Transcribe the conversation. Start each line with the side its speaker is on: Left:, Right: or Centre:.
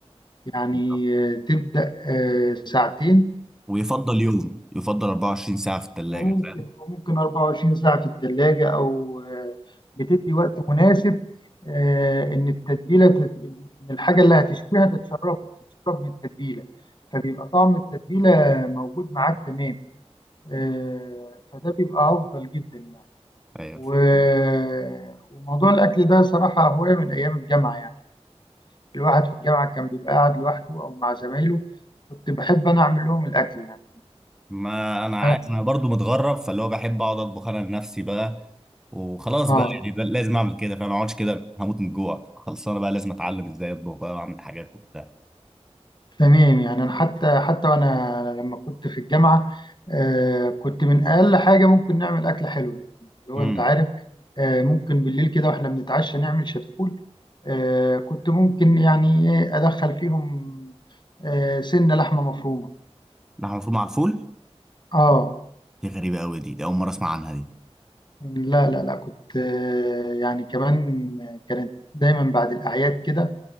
Left: يعني
Centre: بالظبط.
Left: آه، تبدأ آه، ساعتين
Centre: ويفضل يوم يفضل 24 ساعه في الثلاجه
Left: وممكن
Centre: فاهم
Left: وممكن 24 ساعة في الثلاجة أو آه، بتدي وقت مناسب آه، إن التتبيلة تت- إن الحاجة اللي هتشويها تتشرب تتشرب من التتبيلة فبيبقى طعم التتبيلة موجود معاك تمام آه، فده بيبقى أفضل جدا يعني
Centre: ايوه
Left: و- وموضوع الأكل ده صراحة هواية من أيام الجامعة يعني الواحد في الجامعة كان بيبقى قاعد لوحده أو مع زمايله كنت بحب أنا أعمل لهم الأكل يعني
Centre: ما انا عارف
Left: أنا-
Centre: انا برضو متغرب فاللي هو بحب اقعد اطبخ انا لنفسي بقى وخلاص
Left: آه
Centre: بقى يعني ده لازم اعمل كده فانا ما اقعدش كده هموت من الجوع خلصانه بقى لازم اتعلم ازاي اطبخ بقى واعمل حاجات وبتاع
Left: تمام يعني انا حتى حتى وانا لما كنت في الجامعه آه كنت من اقل حاجه ممكن نعمل اكله حلوه يعني اللي هو
Centre: امم
Left: انت عارف آه ممكن بالليل كده واحنا بنتعشى نعمل شتفول آه كنت ممكن يعني إيه ادخل فيهم آه سنه لحمه مفرومه
Centre: لحمة مفرومة على الفول
Left: اه
Centre: دي غريبة قوي دي دي أول مرة أسمع عنها دي
Left: لا لا لا كنت آه يعني كمان كانت دايما بعد الاعياد كده